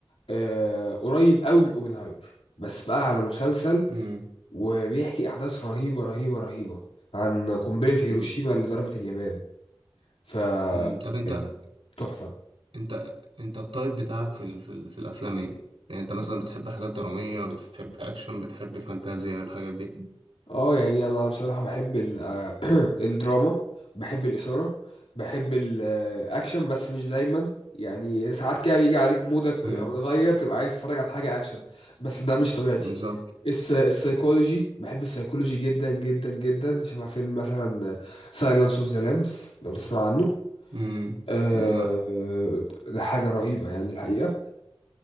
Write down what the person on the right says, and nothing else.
امم
امم
أمم. طب انت
انت انت التايب بتاعك في ال... في, ال... في الافلام ايه يعني انت مثلا بتحب حاجات درامية بتحب اكشن بتحب فانتازيا الحاجات دي
امم
بالظبط
امم
لا